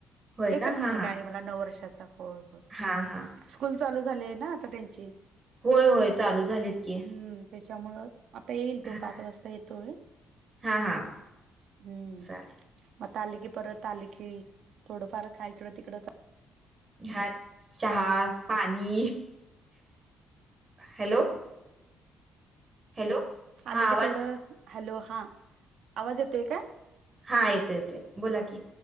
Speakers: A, on the right; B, on the right.
A: होय
B: एकच
A: का? हां,
B: मुलगा
A: हां.
B: आहे मला नऊ वर्षाचा. हो हो
A: हां, हां.
B: स्कूल चालू झालेली आहे ना आता त्यांची.
A: होय, होय. चालू झालेत की.
B: हम्म त्याच्यामुंळ. आता येईल तो
A: हां.
B: पाच वाजता येतोयं.
A: हां, हां.
B: हम्म.
A: चालेल.
B: मगं आता आली की परत आली की थोडंफार खा इकडं तिकडं-
A: हा चहा पाणी. हॅलो. हॅलो. हां,
B: आले
A: आवाज
B: की थोडं. हॅलो, हा आवाज येतोय का?
A: हा येतो येतो बोला की.